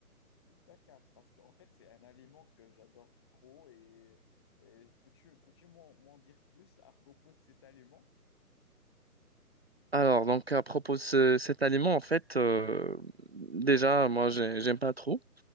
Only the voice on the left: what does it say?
d'accord. Parce qu'en fait, c'est un aliment que j'adore trop et, et peux-tu, peux-tu m'en m'en dire plus à propos de cet aliment?